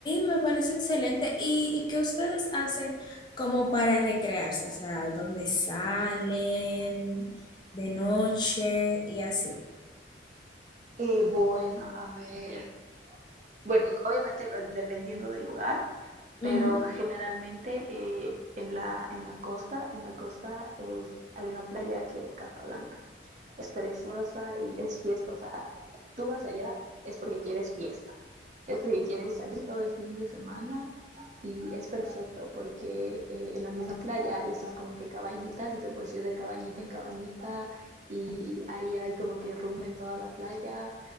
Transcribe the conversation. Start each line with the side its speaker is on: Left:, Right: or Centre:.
Left: me parece excelente. ¿Y, y qué ustedes hacen como para recrearse? O sea, ¿dónde salen de noche y así?
Right: Eh, bueno, a ver. Bueno, obviamente eh, dependiendo del lugar, pero
Left: Ujú,
Right: generalmente eh, en la, en la costa, en la costa es, hay una playa que es Casablanca. Es preciosa y es fiesta, o sea, tú vas allá es porque quieres fiesta, es porque quieres salir todo el fin de semana y es perfecto porque eh, en la misma playa y estás como que cabañitas y te puedes ir de cabañita en cabañita y ahí hay como que rumba en toda la playa,